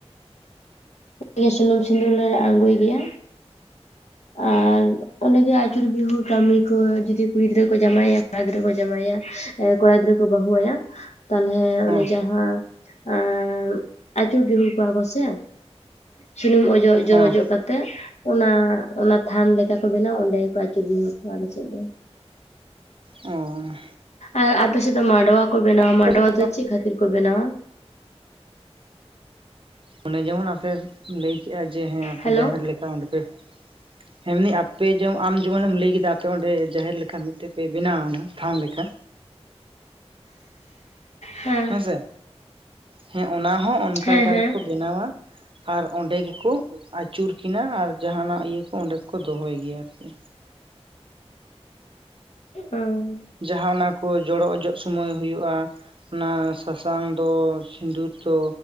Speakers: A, on the left (about 80°); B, on the right (about 50°).
A: ᱚᱸᱰᱮᱜᱮ ᱥᱩᱱᱩᱢ ᱥᱤᱸᱫᱩᱨ ᱞᱮ ᱟᱬᱜᱳᱭ ᱜᱮᱭᱟ᱾ ᱟᱨᱻ ᱚᱸᱰᱮᱜᱮ ᱟᱹᱪᱩᱨ ᱵᱤᱦᱩᱨ ᱠᱟᱹᱢᱤ ᱠᱚ ᱡᱩᱫᱤ ᱠᱩᱲᱤ ᱜᱤᱫᱽᱨᱟᱹ ᱠᱚ ᱡᱟᱶᱟᱭᱟ ᱠᱚᱲᱟ ᱜᱤᱫᱽᱨᱟᱹ ᱠᱚ ᱡᱟᱶᱟᱭᱟ ᱮᱸ ᱠᱚᱲᱟ ᱜᱤᱫᱽᱨᱟᱹ ᱠᱚ ᱵᱟᱹᱦᱩ ᱟᱭᱟ ᱛᱟᱞᱦᱮ
B: ᱦᱚᱸ
A: ᱚᱱᱮ ᱡᱟᱦᱟᱸ ᱟᱸᱻ ᱟᱹᱪᱩᱨ ᱵᱤᱦᱩᱨ ᱠᱚᱣᱟ ᱠᱚᱥᱮ ᱥᱩᱱᱩᱢ ᱚ- ᱡᱚᱜ ᱡᱚᱨᱚ
B: ᱦᱚᱸ
A: ᱚᱡᱚᱜ ᱠᱟᱛᱮᱜ ᱚᱱᱟ ᱚᱱᱟ ᱛᱷᱟᱱ ᱞᱮᱠᱟ ᱠᱚ ᱵᱮᱱᱟᱣᱟ ᱚᱸᱰᱮ ᱜᱮᱠᱚ ᱟᱹᱪᱩᱨ ᱵᱤᱦᱩᱨ ᱠᱚᱣᱟ ᱟᱞᱮ ᱥᱮᱫ ᱫᱚ᱾
B: ᱚᱸᱻ
A: ᱟᱨ ᱟᱯᱮ ᱥᱮᱫ ᱢᱟᱰᱣᱟ ᱠᱚ ᱵᱮᱱᱟᱣᱟ
B: ᱟᱯᱮ
A: ᱢᱟᱰᱣᱟ,
B: ᱥᱮᱫ
A: ᱫᱚ ᱪᱮᱫ ᱠᱷᱟᱹᱛᱤᱨ ᱠᱚ ᱵᱮᱱᱟᱣᱟ?
B: ᱚᱱᱮ ᱡᱮᱢᱚᱱ ᱟᱯᱮ ᱞᱟᱹᱭ ᱠᱮᱜᱼᱟ ᱡᱮ ᱦᱮᱸ ᱟᱯᱮ
A: ᱦᱮᱞᱳ
B: ᱡᱟᱦᱮᱨ ᱞᱮᱠᱟ ᱚᱸᱰᱮ ᱯᱮ ᱦᱮᱸ ᱮᱢᱱᱤ ᱟᱯᱮ ᱡᱮᱢᱚᱱ ᱟᱢ ᱡᱮᱢᱚᱱᱮᱢ ᱞᱟᱹᱭ ᱠᱮᱫᱟ ᱟᱯᱮ ᱚᱸᱰᱮ ᱡᱟᱦᱮᱨ ᱞᱮᱠᱟ ᱢᱤᱫᱴᱮᱡ ᱯᱮ ᱵᱮᱱᱟᱣ ᱮᱱᱟᱜ ᱛᱷᱟᱱ ᱞᱮᱠᱟ᱾
A: ᱦᱮᱸ
B: ᱦᱮᱸᱥᱮ, ᱦᱮᱸ ᱚᱱᱟ ᱦᱚᱸ ᱚᱱᱠᱟ
A: ᱦᱮᱸ
B: ᱞᱮᱠᱟ
A: ᱦᱮᱸ
B: ᱜᱮᱠᱚ ᱵᱮᱱᱟᱣᱟ᱾ ᱟᱨ ᱚᱸᱰᱮ ᱜᱮᱠᱚ ᱟᱹᱪᱩᱨ ᱠᱤᱱᱟ ᱟᱨ ᱡᱟᱦᱟᱱᱟᱜ ᱤᱭᱟᱹ ᱠᱚ ᱚᱸᱰᱮ ᱜᱮᱠᱚ ᱫᱚᱦᱚᱭ ᱜᱮᱭᱟ ᱟᱨᱠᱤ᱾
A: ᱦᱩᱸ
B: ᱡᱟᱦᱟᱸ ᱚᱱᱟ ᱠᱚ ᱡᱚᱲᱚ ᱚᱡᱚᱜ ᱥᱚᱢᱚᱭ ᱦᱩᱭᱩᱜᱼᱟ, ᱚᱱᱟ ᱥᱟᱥᱟᱝ ᱫᱚ ᱥᱤᱸᱫᱩᱨ ᱫᱚ